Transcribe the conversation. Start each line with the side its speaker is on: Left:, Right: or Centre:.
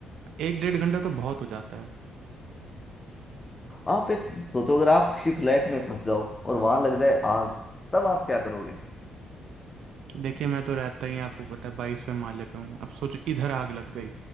Right: एक डेढ़ घंटा तो बहुत हो जाता है
Left: आप एक सोचो अगर आप किसी फ्लैट में फंस जाओ और वहां लग जाए आग तब आप क्या करोगे
Right: देखिए मैं तो रहता ही आपको पता है बाईसवें माले पे हूँ अब सोचो इधर आग लग गई